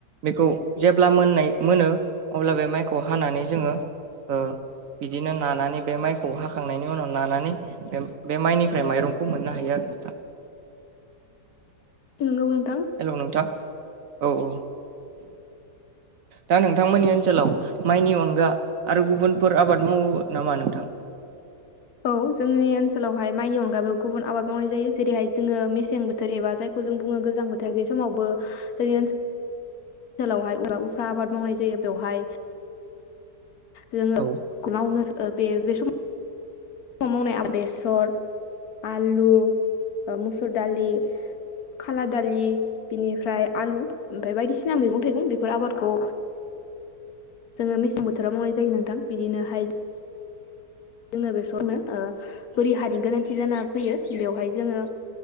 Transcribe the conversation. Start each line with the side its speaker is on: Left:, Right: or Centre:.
Right: बेखौ जेब्ला मोननाय मोनो अब्ला बे माइखौ हानानै जोङो ओ बिदिनो नानानै बे माइखौ हाखांनायनि उनाव नानानै बे माइनिफ्राय माइरंखौ मोननो हायो आरो नोंथां।
Left: नोंगौ नों
Right: हेलौ नोंथां औ औ दा नोंथांमोननि ओनसोलाव माइनि अनगा आरो गुबुनफोर आबाद मावो नामा नोंथां?
Left: औ जोंनि ओनसोलावहाय माइनि अन बेयाव गुबुन आबाद मावनाय जायो जेरैहाय जोङो मेसें बो बोथोर एबा जायखौ जों बुङो गोजां बोथोर बे समावबो जोंनि ओनसोल ओनसोलावहाय उफ्रा आबाद मावनाय जायो बेवहाय जोङो
Right: औ
Left: <unintelligible> ओ बे बे समाव ख मावनाय बेसर आलु मुसुर दालि खाला दालि बिनिफ्राय आलु ओमफ्राय बायदिसिना मैगं थाइगं बेफोर आबादखौ जोङो मेसें बोथोराव मावनाय जायो नोंथां बिदिनो हाय <unintelligible> बेसरनो ओ बोरि हानि गोनांथि जाना फैयो बेवहाय जोङो